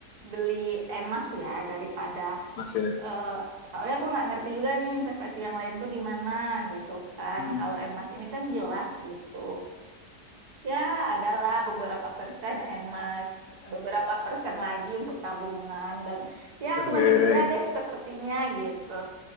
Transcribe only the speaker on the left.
masih
Hmm,
Eh,